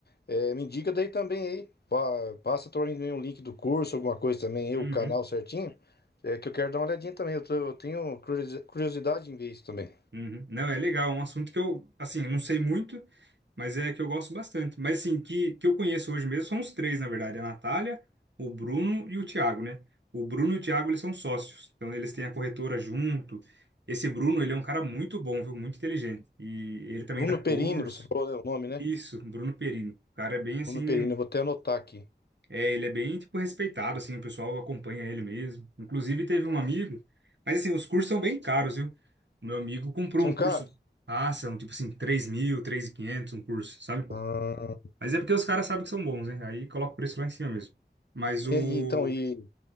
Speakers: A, on the left (about 60°); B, on the right (about 75°).
A: é, me indica daí também aí, pa- passa também um link do curso, alguma coisa também, aí,
B: Uhum,
A: o canal certinho, é, que eu quero dar uma olhadinha também, eu, tô- eu tenho curiosi- curiosidade em ver isso também.
B: uhum. Não, é legal, é um assunto que eu, assim, não sei muito, mas é que eu gosto bastante. Mas assim, que, que eu conheço hoje mesmo são os três, na verdade, a Natália, o Bruno e o Thiago, né? O Bruno e o Thiago, eles são sócios, então eles têm a corretora junto. Esse Bruno, ele é um cara muito bom, viu? Muito inteligente. E ele também
A: Bruno
B: dá
A: Perini,
B: curso.
A: você falou, né, o nome, né?
B: Isso, Bruno Perini. O cara é bem assim,
A: Bruno Perini, eu vou até anotar aqui.
B: é, ele é bem tipo respeitado assim, o pessoal acompanha ele mesmo. Inclusive teve um amigo, mas assim, os cursos são bem caros, viu? O meu amigo comprou
A: São
B: um
A: caros?
B: curso, ah, são tipo assim, três mil, 3.500 um curso, sabe?
A: Ah,
B: Mas é porque os caras sabem que são bons, né? Aí coloca o preço lá em cima mesmo. Mas
A: e
B: o,
A: aí, então, e